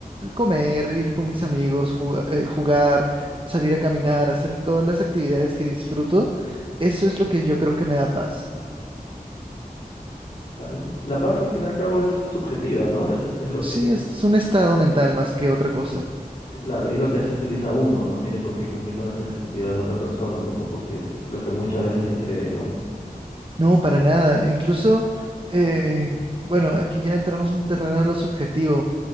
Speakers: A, on the right; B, on the left.
A: comer, ir con mis amigos, ju- eh, jugar, salir a caminar, hacer todas las actividades que disfruto. Eso es lo que yo creo que me da paz.
B: ¿Vale? La paz al fin y al cabo es subjetiva, ¿no? Es, es lo
A: Sí,
B: que es,
A: es un estado mental más que otra cosa.
B: Claro, y es lo que hace feliz a uno, no tiene por qué cumplir con las expectativas de otra persona tampoco, que es lo que muchas veces se cree, ¿no?
A: No, para nada. Incluso, eh, bueno, aquí ya entramos en un terreno de lo subjetivo.